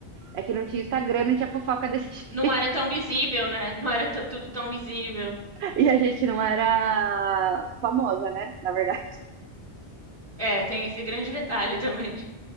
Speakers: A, on the right; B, on the right.
A: É que não tinha Instagram, não tinha fofoca desse
B: Não
A: <laughs> jeito.
B: era tão visível, né? Não era tão- tudo tão visível.
A: E a gente não era famosa, né? Na verdade.
B: É, tem esse grande detalhe também.